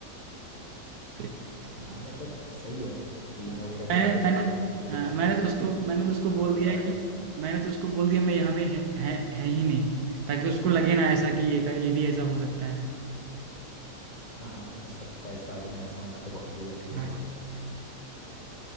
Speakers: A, on the right; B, on the left.
A: <laughs>
B: हाँ मतलब सही है यार डीन
A: हाँ,
B: वगैरह को
A: मैंने
B: तो नहीं
A: मैंने
B: बुलाएंगे खाली
A: हाँ
B: उसके
A: मैंने तो
B: एक
A: उसको
B: दो
A: मैंने तो उसको
B: हाँ
A: बोल
B: हाँ बताओ
A: दिया है कि
B: बताओ
A: मैंने तो उसको बोल दिया मैं यहाँ पे है, है, है ही नहीं ताकि उसको लगे ना ऐसा कि ये का- ये भी ऐसा हो सकता है
B: हाँ हाँ सरप्राइज पार्टी में ऐसा होना तो बहुत ज़रूरी है
A: हाँ
B: भाई